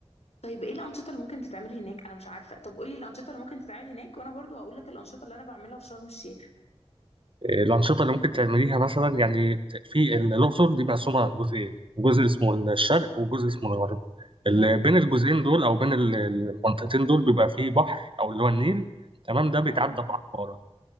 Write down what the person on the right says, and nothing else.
الأنشطة اللي ممكن تعمليها مثلا يعني في الأقصر دي مقسومة جزئين جزء اسمه الشرق وجزء اسمه الغرب اللي بين الجزئين دول أو بين ال- المنطقتين دول بيبقى فيه بحر أو اللي هو النيل تمام ده بيتعدى
بعبارة